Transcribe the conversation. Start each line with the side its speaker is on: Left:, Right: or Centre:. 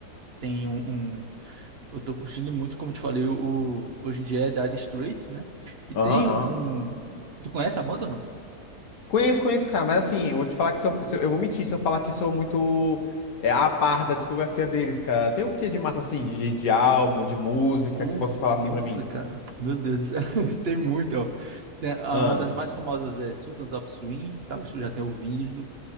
Right: tem um, um- eu tô curtindo muito, como eu te falei, o, o- hoje em dia é Dire Straits, né? E tem
Left: Aham, aham.
Right: um, um- tu conhece a banda ou não?
Left: Conheço, conheço, cara, mas assim, eu vou te falar que se eu, se eu, eu vou mentir se eu falar que sou muito é, a par da discografia deles, cara. Tem o que de massa assim, de, de álbum, de música,
Right: Oh,
Left: que você possa falar assim
Right: nossa,
Left: pra mim?
Right: cara. Meu Deus do céu. <laughs> Tem muito, ó. Tem- a-
Left: Ah,
Right: uma das mais famosas é Sultans of Swing, talvez tu já tenha ouvido.